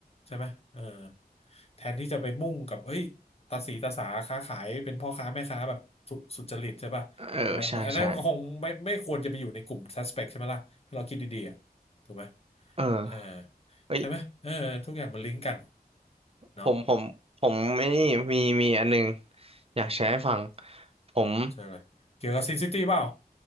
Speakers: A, on the left; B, on the right.
A: ใช่ไหมเออแทนที่จะไปมุ่งกับเฮ้ยตาสีตาสาค้าขายเป็นพ่อค้าแม่ค้าแบบสุสุจริตใช่ป่ะ
B: เออใช่ใช่
A: มันมันอันนั้นมันก็คงไม่ไม่ควรจะไปอยู่ในกลุ่ม suspect ใช่ไหมล่ะถ้าเราคิดดีๆอะถูกไหม
B: เออ
A: เออ
B: เอ้ย
A: ใช่ไหมเออทุกอย่างมันลิงก์กันเนาะ
B: ผมผมผมไมนี่มีมีอันหนึงอยากแชร์ให้ฟังผม
A: ใช่เลยเกี่ยวกับซินซิตี้เปล่า